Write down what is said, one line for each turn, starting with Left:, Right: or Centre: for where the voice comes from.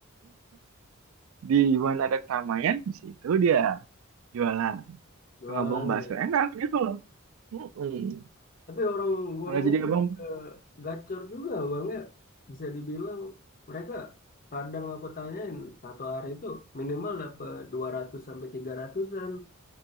Right: di mana ada keramaian di situ dia jualan
Left: jualannya.
Right: kalau abang bakso enak gitu loh. Mm-mm.
Left: Tapi orang goreng
Right: Kalau jadi
Left: itu
Right: abang,
Left: juga gacor juga bang ya. Bisa dibilang mereka kadang aku tanyain satu hari itu minimal dapat dua ratus sampai tiga ratusan